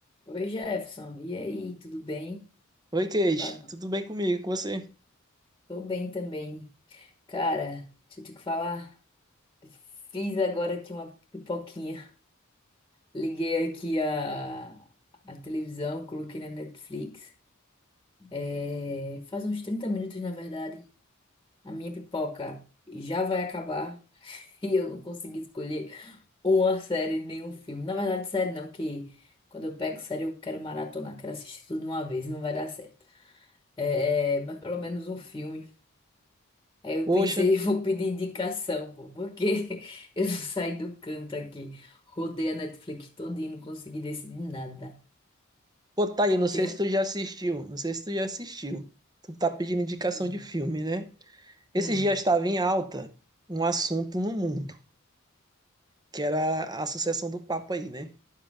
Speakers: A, on the left; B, on the right.
A: Oi, Jefferson. E aí, tudo bem?
B: Oi, Kate,
A: Ah,
B: tudo bem comigo? Com você?
A: Tô bem também. Cara, deixa eu te falar. Fiz agora aqui uma pipoquinha. Liguei aqui a, a televisão, coloquei na Netflix. É, faz uns 30 minutos, na verdade. A minha pipoca já vai acabar <laughs> e eu não consegui escolher uma série, nenhum filme. Na verdade, série não, que quando eu pego série eu quero maratonar, quero assistir tudo de uma vez, não vai dar certo. É, mas pelo menos um filme. Aí eu
B: Poxa,
A: pensei, <laughs> vou pedir indicação, pô, porque <laughs> eu saí do canto aqui. Rodei a Netflix toda e não consegui decidir nada.
B: pô, tá aí, não sei
A: Tem...
B: se tu já assistiu, não sei se tu já assistiu. Tu tá pedindo indicação
A: Hum.
B: de filme, né? Esses
A: Hum.
B: dias estava em alta um assunto no mundo, que era a sucessão do Papa aí, né?